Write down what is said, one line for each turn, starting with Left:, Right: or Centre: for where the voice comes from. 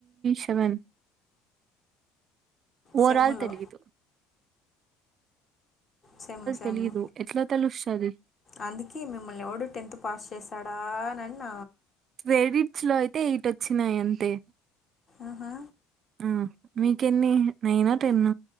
Right: సెవెన్ ఓవరాల్
Left: సెమ్లో
Right: తెలియదు
Left: సేము సేము
Right: తెలీదు ఎట్లా తెలుస్తది
Left: అందుకె మిమ్మల్ని ఎవడు టెన్త్ పాస్ చేసాడు రానన్న
Right: క్రెడిట్స్ లో అయితే ఎయిట్ వచ్చినాయి అంతే
Left: ఆహా
Right: ఆ మీకెన్ని నైనా టెన్న